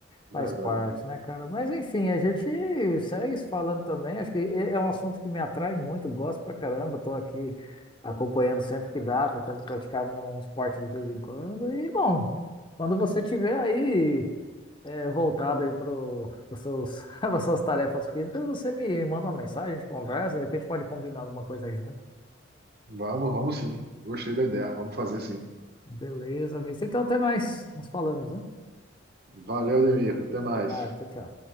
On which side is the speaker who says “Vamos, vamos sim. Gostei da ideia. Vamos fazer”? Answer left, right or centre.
Right